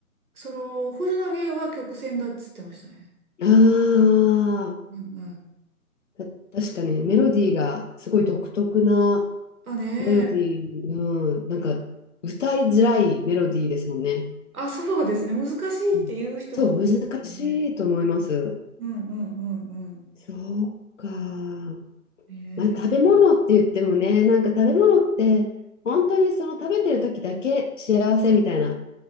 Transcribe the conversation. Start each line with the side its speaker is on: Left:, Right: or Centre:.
Right: その、星野源は曲線だっつってましたね。
Left: あ
Right: うん。うんうん。
Left: ー、た確かにメロディーがすごい独特な
Right: あね、
Left: メロディー、うん、なんか歌いづらいメロディーですもんね。
Right: あ、そうですね、難しいって言う人多いですよね。
Left: うんそう、難しいと思います。
Right: うんうんうんうん。
Left: そうか。
Right: ね
Left: まあ、食べ物って言ってもね、なんか食べ物って、本当にその食べてる時だけ幸せみたいな